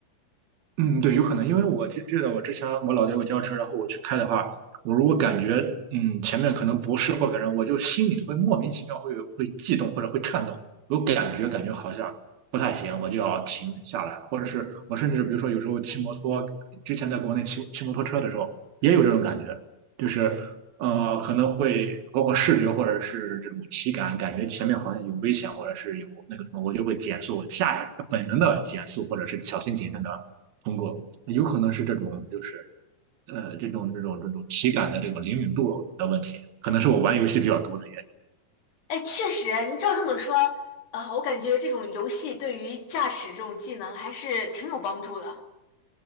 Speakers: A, on the right; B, on the left.
A: 嗯，对，有可能，因为我记记得我之前我老爹给我教车，然后我去开的话，我如果感觉嗯前面可能不是或者人，我就心里会莫名其妙会会悸动或者会颤抖，有感觉感觉好像不太行，我就要停下来，或者是我甚至比如说有时候骑摩托，之前在国内骑骑摩托车的时候也有这种感觉，就是呃可能会包括视觉或者是这种体感，感觉前面好像有危险或者是有那个什么，我就会减速，下本能的减速或者是小心谨慎的。通过，有可能是这种就是呃这种这种这种体感的这个灵敏度的问题，可能是我玩游戏比较多的原因。
B: 哎，确实，你照这么说，呃，我感觉这种游戏对于驾驶这种技能还是挺有帮助的。